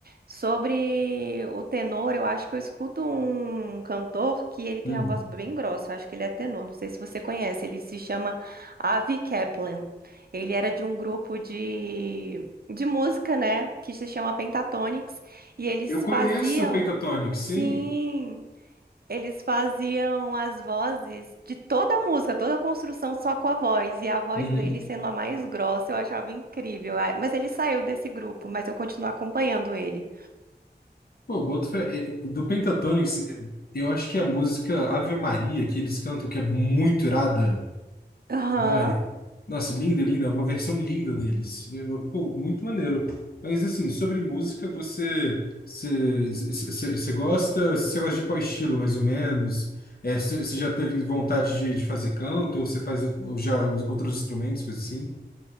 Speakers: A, on the right; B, on the left.
A: Sobre o tenor, eu acho que eu escuto um cantor que ele tem
B: Hum.
A: a voz bem grossa, eu acho que ele é tenor, não sei se você conhece, ele se chama Avi Kaplan. Ele era de um grupo de, de música, né, que se chama Pentatonix, e eles
B: Eu conheço
A: faziam,
B: o Pentatonix,
A: sim,
B: sim.
A: eles faziam as vozes de toda a música, toda a construção só com a voz. E a voz
B: Uhum.
A: dele sendo a mais grossa, eu achava incrível. Ah, Mas ele saiu desse grupo, mas eu continuo acompanhando ele.
B: Pô, boto fé. Eh, Do Pentatonix, eh, eu acho que é a música Ave Maria que eles cantam, que é muito irada.
A: Aham.
B: Ai, nossa, linda, linda, uma versão linda deles. Eu- pô, muito maneiro. Mas assim, sobre música, você você você- você gosta, você gosta de qual estilo, mais ou menos? É, você você já teve vontade de, de fazer canto, ou você faz o- ou já os outros instrumentos, coisas assim?